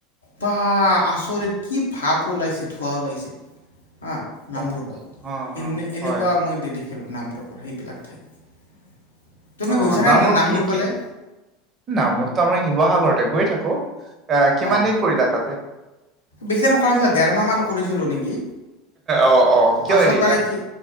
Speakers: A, on the left; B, on the right.
A: বা, আচৰিত কি ভাপ ওলাইছে ধোঁৱা ওলাইছে, হা'! নামৰূপত,
B: অ অ অ
A: এনে এনেকুৱা
B: হয়
A: মই দেখিলোঁ নামৰূপৰ সেইবিলাক ঠাইত। তুমি
B: অ
A: গৈছা
B: নামৰূপ
A: নে না-নামৰূপলে?
B: কি কি নামৰূপতো আমাৰ শিৱসাগৰতে গৈ থাকোঁ, এ, কিমান
A: অঁ
B: দিন কৰিলা তাতে?
A: বেছি নকৰা, <unintelligible> ডেৰমাহ মান কৰিছিলোঁ নেকি,
B: অ অ কিয়
A: পাছত
B: এৰিলা
A: মানে কি